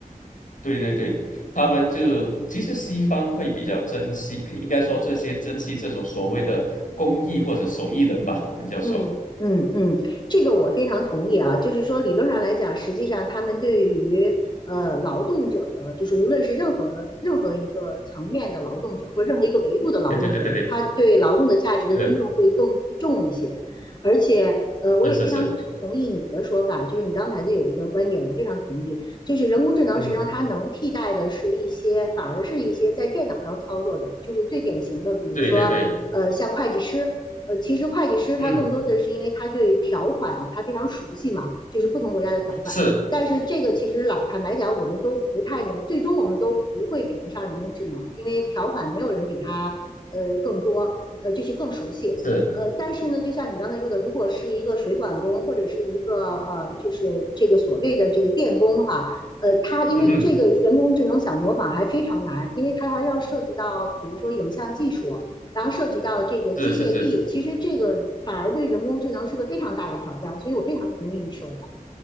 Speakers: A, on the left (about 65°); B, on the left (about 30°).
A: 对对对，他们就其实西方会比较珍惜，应该说这些珍惜这种所谓的工艺或者手艺人吧，我们叫做。
B: 嗯嗯嗯，
A: 说。
B: 这个我非常同意啊，就是说理论上来讲，实际上他们对于呃劳动者的，就是无论是任何任何一个层面的劳动者，或者任何一个维度的劳动者，
A: 对对对对
B: 他对劳动的价值的尊重会更重一些。
A: 对，
B: 而且，呃，我也非常同意你的说法，
A: 是是是是，
B: 就是你刚才的有一个观点，我非常同意，就是人工智能实际上它能替代的是一些，
A: 嗯哼，
B: 反而是一些在电脑上操作的，就是最典型的，比如说，
A: 对对对，
B: 呃，像会计师。呃，其实会计师他更多的是因为他对条款他非常熟悉嘛，
A: 嗯，
B: 就是不同国家的条款。
A: 是
B: 但是这个其实老坦白讲，我们都不太能，最终我们都不会比得上人工智能，因为条款没有人比他呃更多，呃就是更熟悉。
A: 是，
B: 呃，但是呢，就像你刚才说的，如果是一个水管工或者是一个呃，就是这个所谓的这个电工哈、呃，他因为这个人工智能想模仿还非常难，
A: 嗯哼，
B: 因为他还要涉及到比如说影像技术，然后涉及到这个机械臂，
A: 是是是。
B: 其实这个反而对人工智能是个非常大的挑战，所以我非常同意你说的。